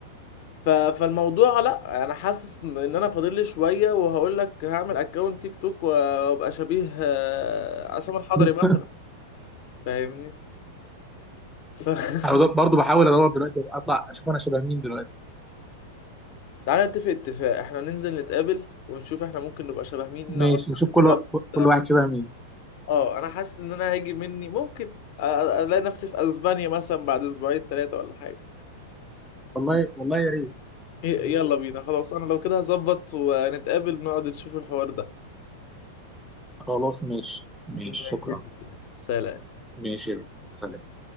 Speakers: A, on the left; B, in the centre.
A: ف- فالموضوع لا انا حاسس ان إن انا فاضل لي شويه وهقول لك هعمل اكونت تيك توك وابقى شبيه آه، عصام الحضري
B: <laughs>
A: مثلا فاهمني ف... <laughs>
B: انا بد- برضو بحاول ادور دلوقتي اطلع اشوف انا شبه مين دلوقتي
A: تعالى نتفق اتفاق احنا ننزل نتقابل ونشوف احنا ممكن نبقى شبه مين نقعد
B: ماشي
A: نعمل
B: نشوف كل
A: كده
B: وا-
A: بس
B: كل واحد شبه مين
A: اه انا حاسس ان انا هاجي مني ممكن أ- أ- الاقي نفسي في اسبانيا مثلا بعد اسبوعين ثلاثة ولا حاجة
B: والله والله يا ريت
A: ي-
B: يا ريت.
A: يلا بينا خلاص انا لو كده هظبط ونتقابل نقعد نشوف الحوار ده
B: خلاص ماشي ماشي
A: ماشي
B: شكرا
A: يا ستي. سلام
B: ماشي يا ريت. سلام